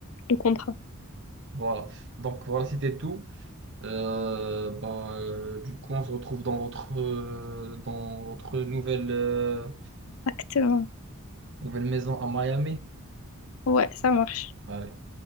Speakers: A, on the left (about 75°); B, on the right (about 55°).
A: le contrat.
B: Voilà. Donc voilà, c'était tout. Euh, bah, euh, du coup, on se retrouve dans votre, euh, dans votre nouvelle, euh,
A: Exactement.
B: nouvelle maison à Miami.
A: Ouais, ça marche.
B: Allez.